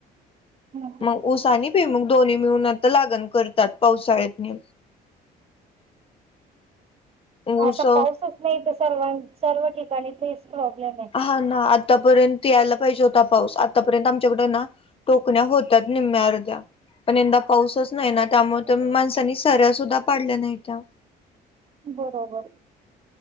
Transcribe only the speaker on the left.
मग ऊसा आणि भुईमूग दोन्ही मिळून आता लागण करतात पावसाळ्यातनि. ऊस
हां ना आ आतापर्यंत यायला पाहिजे होता पाऊस आतापर्यंत आमच्याकड ना टोकण्या होतात निम्म्या अर्ध्या. पण यंदा पाऊसच नाही ना त्यामुळे तर माणसांनी सऱ्या सुद्धा पाडल्या नाहीत्या.